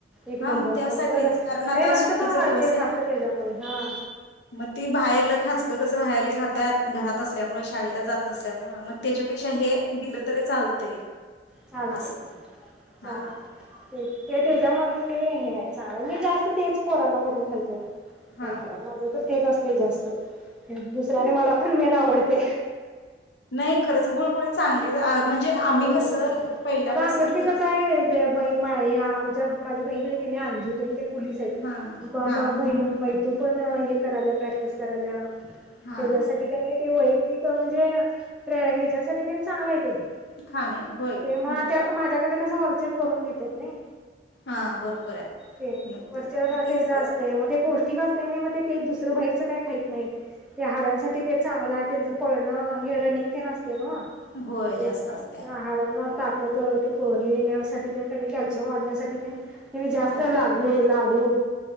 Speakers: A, in the centre; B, on the left (about 80°).
A: एक
B: हा
A: नंबर
B: मग त्यासाठीच
A: <unintelligible> बरं
B: कारण आता
A: रक्त
B: सुट्टीचा
A: पण वाढतंय
B: दिवस आहे
A: फास्ट त्याच्यामुळे हा.
B: मग ती बाहेरलं खाचकं कसं बाहेर खात्यांत, घरात असल्यामुळे शाळेला जात नसल्यामुळ. मग त्याच्यापेक्षा हे दिलं तरी चालतंय.
A: चालतंय,
B: असं
A: चालतंय.
B: हा
A: तेच ते
B: तेच
A: त्यांच्यामुळे ते हे हाय चालाय मी जास्त तेच पोरांना करून घालते.
B: हा.
A: होय काय माझं तर तेच असतंय जास्त. दुसर आणि मला पण मेन आवडते.
B: नाही खरंच गुळपोळी चांगलीच आ
A: <unintelligible>
B: म्हणजे आम्ही कसं पहिल्यापासून
A: आता आमच्यात बी कसं हाय ते बाई मी ह्या आमच्या माझी बहीण हाय की नई अंजू तेन ते पोलीस आहेत.
B: हा
A: मामा
B: हा
A: बहीण मैतू पण हे कराल्या प्रॅक्टिस कराल्या
B: हा
A: त्याच्यासाठी कनई ते वैयक्तिक म्हणजे ह्यांच्यासाठी तेन चांगल आहे ते ते
B: खाणे होय
A: मग त्या
B: तर
A: माझ्याकंड कसं व्हाल चर करून घेतात नाही
B: हा बरोबर आहे
A: ते
B: मग
A: वरच्यावर
B: ते- तेच
A: त्यांच असतंय.
B: ग
A: मग ते पौष्टि <unintelligible> असतयं नाही, मग ते दुसरं बाहेरच काय खाईत नाहीत. ते हाडांसाठी ते चांगलं आहे. त्यांचं पळणं रनिंग तेन अस तेे नव्हं
B: होय जास्त
A: ते
B: असत्या
A: <unintelligible> त हे नेण्यासाठी तेन कणी कॅल्शियम वाढण्यासाठी तेन ते जास्त
B: हा
A: लागू लाडू